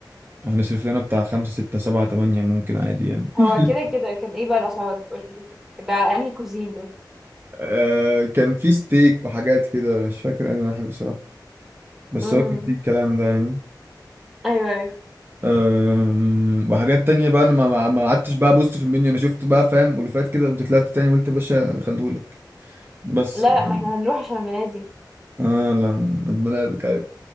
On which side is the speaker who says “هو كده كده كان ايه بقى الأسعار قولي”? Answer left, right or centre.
Centre